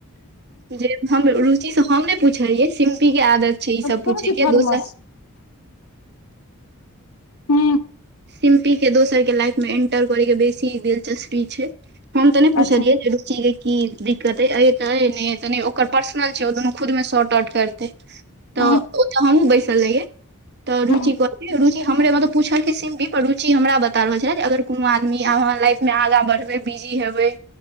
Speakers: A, on the left (about 75°); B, on the right (about 50°).
A: ह
B: जे हम रुचि से हम नहि पुछलियै सिम्पी के आदत छै ई सब
A: कह
B: पूछे
A: छै
B: के
A: थरमस
B: दोसर
A: ह
B: सिम्पी के दोसर के लाइफ मे एंटर करै के बेसी दिलचस्पी छै हम त नै पुछलियै
A: अच्छा
B: जे रुची गे की दिक्कत अइ अइ त अइ नै अइ त नै अइ ओकर पर्सनल छै ओ दुनू खुद में शॉर्ट आउट करते तऽ
A: हूँ
B: ओ तऽ हमहुँ बैसल रहियै तऽ
A: हूँ
B: रुचि कत रुचि हमरे मतलब पूछल सिमी पर रुचि हमरा बता रहल छल जे अगर कोनो आदमी लाइफ मे आगा बढ़बै बिजी हेबै